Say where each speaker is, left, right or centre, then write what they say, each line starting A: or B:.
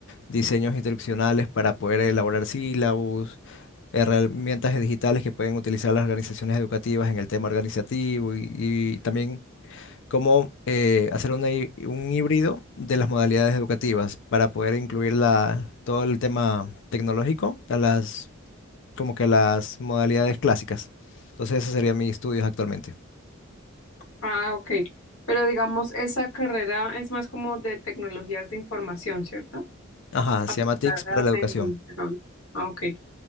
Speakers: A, on the left; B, on the left.
A: diseños instruccionales para poder elaborar sílabos, herramientas digitales que pueden utilizar las organizaciones educativas en el tema organizativo y, y también cómo eh, hacer una hí- un híbrido de las modalidades educativas para poder incluir la- todo el tema tecnológico a las, como que a las modalidades clásicas. Entonces, esos serían mis estudios actualmente.
B: Ah, ok. Pero digamos, esa carrera es más como de tecnologías de información, ¿cierto?
A: Ajá,
B: aplicadas
A: se llama TICS para la educación.
B: en en aula. Ah, ok.